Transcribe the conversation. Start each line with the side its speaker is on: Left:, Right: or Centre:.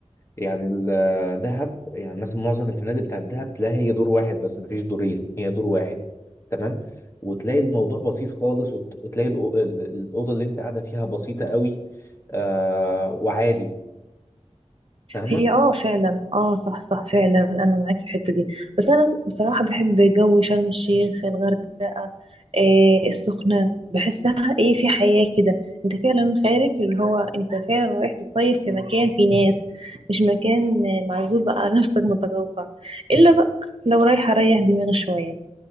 Left: يعني ال- دهب يعني مثلا معظم الفنادق بتاعت دهب تلاقي هي دور واحد بس مفيش دورين هي دور واحد تمام وتلاقي الموضوع بسيط خالص وت- وتلاقي الأو- ال- الاوضه اللي انت قاعده فيها بسيطه قوي آه وعادي فاهمه
Right: هي اه فعلا اه صح صح فعلا انا معاك في الحته دي بس انا بصراحه بحب جو شرم الشيخ الغردقه إيه السخنه بحسها ايه في حياه كده انت فعلا خارج اللي هو انت فعلا رايح تصيف في مكان فيه ناس مش مكان معزول بقى على <laughs> نفسك متقوقع الا بقى لو رايح اريح دماغي شويه